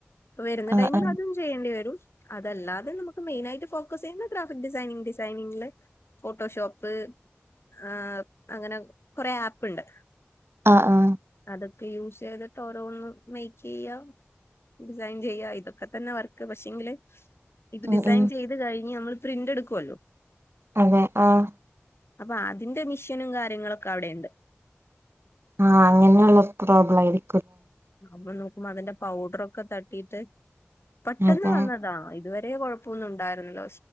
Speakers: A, on the left; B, on the right.
A: അപ്പ വരുന്ന
B: ആഹ്
A: ടൈമിൽ
B: ആഹ് ആഹ്
A: അതും ചെയ്യേണ്ടി വരും. അതല്ലാതെ നമുക്ക് മെയിനായിട്ട് ഫോക്കസ് ചെയ്യുന്ന ഗ്രാഫിക് ഡിസൈനിങ് ഡിസൈനിങ്ങില് ഫോട്ടോഷോപ്പ് ആ അങ്ങനെ കൊറേ ആപ്പ്ണ്ട്.
B: ആഹ് ആഹ്
A: തൊക്കെ യൂസ് ചെയ്തിട്ട് ഓരോന്ന് മെയ്ക്കീയ്യാ ഡിസൈൻ ചെയ്യാ ഇതൊക്കെ തന്നെ വർക്ക് പക്ഷെങ്കില് ഇത്
B: ഉം
A: ഡിസൈൻ
B: ഉം
A: ചെയ്ത് കഴിഞ്ഞ് നമ്മള് പ്രിന്റ് എടുക്കുവല്ലോ?
B: അതെ ആഹ്
A: അപ്പൊ അതിന്റെ മിഷീനും കാര്യങ്ങളൊക്കെ അവിടെയ്ണ്ട്.
B: ആഹ് അങ്ങനെയുള്ള പ്രോബ്ലം അയിരി
A: അപ്പൊ നോക്കുമ്പോ അതിന്റെ പൗഡറൊക്കെ തട്ടീട്ട് പെട്ടെന്ന്
B: അതെ
A: വന്നതാ ഇതുവരെ രേ കുഴപ്പൊന്നുംണ്ടായിരുന്നില്ല